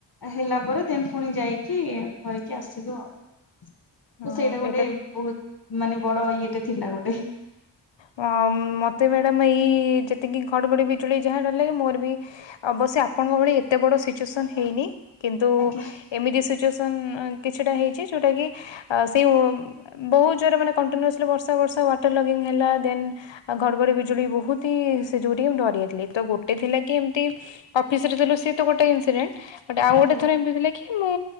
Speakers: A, on the left; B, on the left.
A: ହେଲା ପରେ ଦେନ ପୁଣି ଯାଇକି ଧରିକି ଆସିଲୁ ଆଉ। ତ
B: ହଁ
A: ସେଇଟା ଗୋଟେ
B: ଏଇଟା
A: ବହୁତ ମାନେ ବଡ ଇଏଟେ ଥିଲା ଗୋଟେ।
B: ଅ ମତେ ମ୍ୟାଡାମ ଏଇ ଯେତିକି ଘଡଘଡି ବିଜୁଳି ଯାହାଡଲେ ମୋର ବି ଅବ ବ ସେ ଆପଣଙ୍କ ଭଳି ଏତେ ବଡ଼ ସିଚୁଏସନ୍ ହେଇନି କିନ୍ତୁ
A: ଆଜ୍ଞା
B: ଏମିତି ସିଚୁଏସନ କିଛିଟା ହେଇଛି ଯୋଉଟା କି ଆ ସେ ବହୁତ ଜୋରେ ମାନେ କଣ୍ ବର୍ଷା ବର୍ଷା ଟର ଲଗ୍ ଈନ୍ ହେଲା ଦେନ୍ ଘଡଘଡି ବିଜୁଳି ବହୁତି ସେ ଯୋଗୁ ଟିକେ ମୁଁ ଡରିଗଲି ତ ଗୋଟେ ଥିଲା କି ଏମତି ଅଫିସରେ ଥିଲୁ ସେ ତ ଗୋଟେ ଇନ୍ସିଡେଣ୍ଟ ଟେ ଆଉ ଗୋଟେ
A: ଆଜ୍ଞା
B: ଥରେ ଏମିତି ଥିଲା କି ମୁଁ